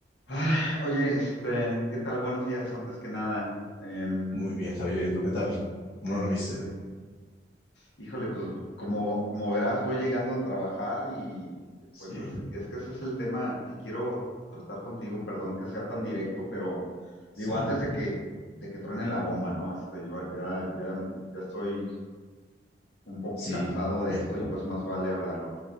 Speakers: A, on the left; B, on the left.
A: Ay, oye, este, ¿qué tal? Buenos días, antes que nada. em,
B: Muy bien, Javier, ¿y tú qué tal? ¿Cómo
A: este,
B: dormiste?
A: híjole, pues como, como verás, voy llegando a trabajar y
B: Sí,
A: pues es, es que ese es el tema que quiero tratar contigo. Perdón que sea tan directo, pero
B: sí,
A: digo, antes de que, de que truene la bomba, ¿no? Este, yo ya, ya, ya estoy un poco
B: sí,
A: cansado
B: dime,
A: de esto y pues más vale hablarlo.